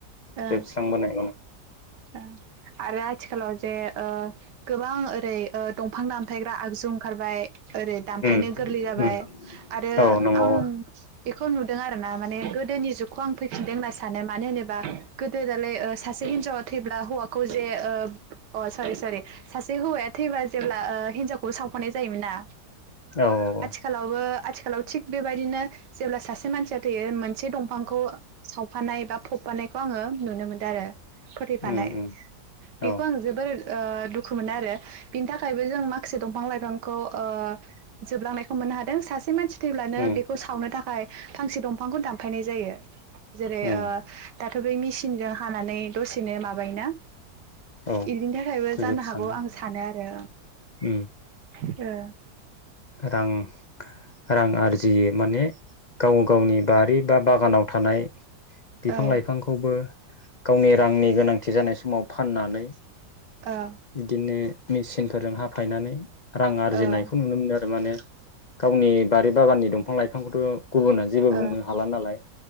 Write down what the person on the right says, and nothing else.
ओ
आरो आथिखालाव जे ओ गोबां ओरै ओ दंफां दामथायग्रा आगजु ओंखारबाय ओरै दानफायनो
गोरलै जाबाय
आरो
आं खौ नुदों आरोना माने गोदोनि जुगखौ आं फैफिनदों होनना सानो मानो होनोबा गोदो दालाय सासे हिनजावा थैब्ला हौवाखौ जे अ सरि सरि सासे हौवाया थैब्ला ओ जेब्ला हिनजावखौबो सावफानाय जायोमोन ना
आथिखालावबो आथिखालाव थिग बेबायदिनो जेब्ला सासे मानसिया थैयो मोन से दंफांखौ सावफानाय बा फबफानायखौ आङो नुनो मोनदो आरो फोथैफानाय
बेखौ
आं जोबोर ओ दुखु मोनो आरो बिनि थाखायबो जों माखासे दंफां लाइफांखौ ओ जोबलांनायखौ मोननो हादों सासे मानसि थैब्लानो
बेखौ सावनो था फाय फांसे दफांखौ दान फायनाय जायो जेरै
ओ दाथ' बै मेसिनजों हानानै दसेनो माबायो ना
इनि थाखायबो
जानो हागौ आं सानो आ
<unintelligible> ओ
ओ
ओ औ उम
ओ
ओ
ओ औ